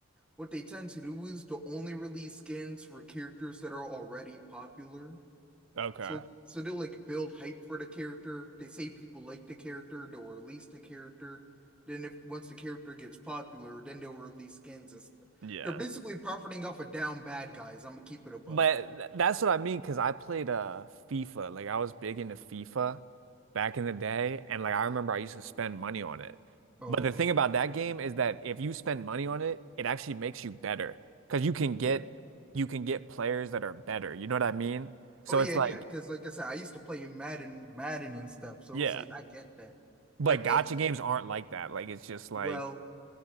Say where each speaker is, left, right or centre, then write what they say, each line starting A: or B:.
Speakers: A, in the centre; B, on the right.
A: What they tend to do is to only release skins for characters that are already popular.
B: Okay.
A: So so they'll like build hype for the character. They say people like the character, they'll release the character. Then if once the character gets popular, then they'll release skins and stuff.
B: Yeah.
A: They're basically profiting off of down bad guys. I'm gonna keep it a buck.
B: But th- that's what I mean, because I played uh FIFA. Like I was big into FIFA back in the day, and like I remember I used to spend money on it.
A: Oh,
B: But the thing about
A: yeah.
B: that game is that if you spend money on it, it actually makes you better because you can get
A: Yeah.
B: you can get players that are better. You know what I mean? So
A: Oh yeah,
B: it's like,
A: yeah. Because like I said, I used to play Madden, Madden and stuff. So
B: yeah.
A: it was like I get that.
B: But
A: I think,
B: gotcha games aren't like that. Like it's just like,
A: well,